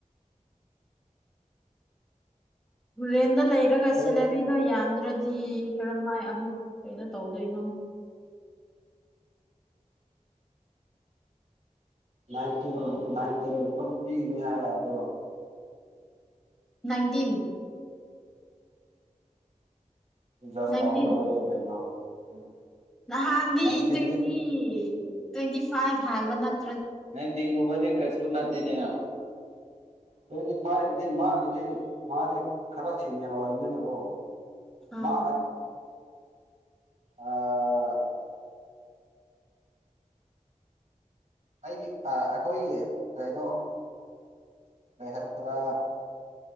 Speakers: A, in the centre; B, on the right.
A: ꯨꯔꯦꯟꯗ ꯂꯩꯔꯒ
B: ꯗꯦꯠ
A: ꯁꯦꯂꯔꯤꯗꯣ ꯌꯥꯝꯗ꯭ꯔꯗꯤ ꯀꯔꯝꯥꯏ ꯀꯌꯥꯃꯨꯛ ꯀꯩꯅꯣ ꯇꯧꯗꯣꯏꯅꯣ
B: ꯅꯥꯏꯟꯇꯤꯟ ꯅꯥꯏꯟꯇꯤꯟꯒꯨꯝꯕꯗꯤ ꯄꯤꯒꯅꯤ ꯍꯥꯏ ꯑꯗꯣ
A: ꯅꯥꯏꯟꯇꯤꯟ
B: ꯖꯁꯥꯎ
A: ꯅꯥꯏꯟꯇꯤꯟ
B: ꯂꯧꯗ ꯀꯅ ꯎꯝ
A: ꯅꯍꯥꯟꯗꯤ
B: ꯅꯥꯏꯟꯇꯤꯟꯗꯤ
A: ꯇ꯭ꯋꯦꯟꯇꯤ ꯇ꯭ꯋꯦꯟꯇꯤ ꯐꯥꯏꯚ ꯍꯥꯏꯕ ꯅꯠꯇ
B: ꯅꯗꯤꯉꯕ ꯀꯆꯨꯔꯅꯥ ꯇꯅꯤ ꯑ ꯇ꯭ꯋꯦꯟꯇꯤ ꯐꯥꯏꯚꯗꯤ ꯃꯥꯒꯤꯗꯤ ꯃꯥꯗꯤ ꯈꯔ ꯁꯤꯟꯅ ꯑꯣꯏꯕꯅꯤꯅꯀꯣ
A: ꯑꯥ
B: ꯃ ꯑ ꯑꯩꯒꯤ ꯑꯩꯈꯣꯏꯒꯤ ꯀꯩꯅꯣ ꯃꯍꯜꯁꯔꯥ